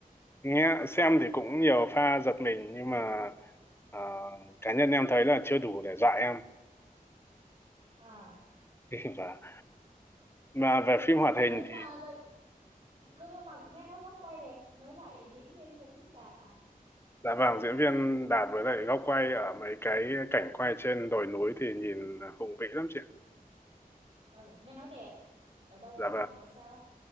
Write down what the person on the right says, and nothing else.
à,
thì,
à
nhưng
mà gợ- nhưng mà nghe nói góc quay đẹp với lại diễn viên cũng đạt hả
ừ nghe nói đẹp ở đâu Cao
Bằng hay sao ấy.